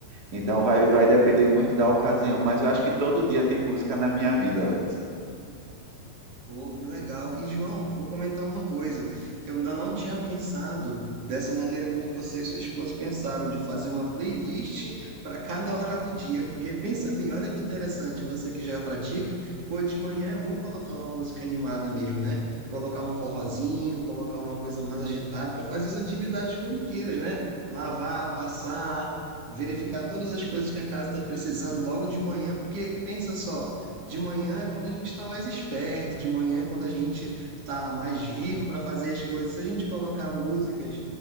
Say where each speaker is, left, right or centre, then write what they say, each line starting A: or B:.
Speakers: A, on the right; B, on the right.
A: Então vai, vai depender muito da ocasião, mas eu acho que todo dia tem música na minha vida, Alex.
B: Pô, que legal. E, João, vou comentar uma coisa. Eu ainda não tinha pensado dessa maneira como você e sua esposa pensaram, de fazer uma playlist para cada hora do dia. Porque pensa bem, olha que interessante, você que já pratica, pô, de manhã é bom colocar uma música animada mesmo, né? Colocar um forrozinho, colocar uma coisa mais agitada para fazer as atividades corriqueiras, né? Lavar, passar. Verificar todas as coisas que a casa está precisando logo de manhã, porque pensa só. De manhã é quando a gente está mais esperto, de manhã é quando a gente está mais vivo para fazer as coisas. Se a gente colocar músicas